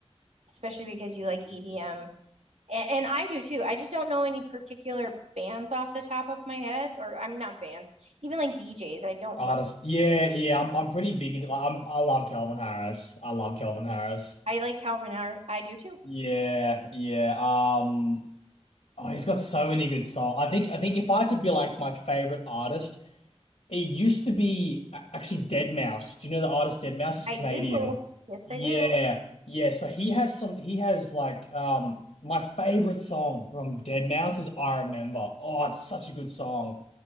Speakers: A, on the right; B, on the left.
A: especially because you like EDM. And, and I do too. I just don't know any particular bands off the top of my head, or I'm not bands, even like DJs. I
B: <clears throat>
A: don't
B: Artist.
A: know.
B: Yeah, yeah. I'm, I'm pretty big into. Like, I'm, I love Calvin Harris. I love Calvin Harris.
A: I like Calvin Harris. I do too.
B: Yeah, yeah. Um. Oh, he's got so many good songs. I think I think if I had to be like my favorite artist, it used to be a- actually deadmau5. Do you know the artist deadmau5 is
A: I
B: Canadian?
A: do. Yes,
B: Yeah.
A: I do.
B: Yeah, so he has some he has like um my favorite song from deadmau5 is I Remember. Oh, it's such a good song.